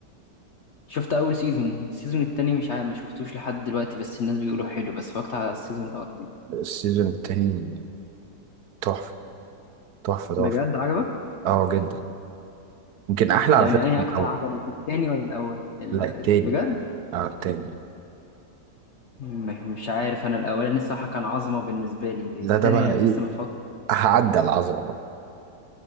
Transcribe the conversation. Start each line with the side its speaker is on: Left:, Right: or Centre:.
Left: شفت اول سيزون السيزون التاني مش عارف ما شفتوش لحد دلوقتي بس الناس بيقولوا حلو بس فكت على السيزون الاول
Right: السيزون التاني تحفة تحفة تحفة
Left: بجد عجبك
Right: اه جدا يمكن أحلى على
Left: يعني
Right: فكرة
Left: انهي
Right: من
Left: اكتر
Right: الأول
Left: عجبك التاني ولا الاول ال-
Right: لا التاني
Left: بجد
Right: اه التاني
Left: م- مش عارف انا الاولاني الصراحه كان عظمه بالنسبه لي
Right: لا
Left: التاني
Right: ده بقى
Left: انا
Right: إيه
Left: لسه ما اتفرجت
Right: هعدى العظمة بقى